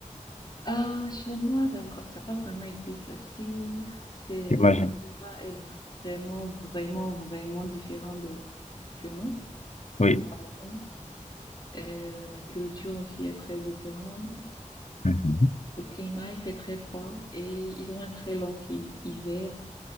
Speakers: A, on the left; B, on the left.
A: ah, chez moi, ça vra- ça n'a pas vraiment été facile. C'est,
B: j'imagine.
A: le climat est vraiment, vraiment, vraiment différent de chez nous,
B: Oui.
A: au Cameroun. Euh, la culture aussi est très différente.
B: Mhm.
A: Le climat, il fait très froid et ils ont un très long hi- hiver.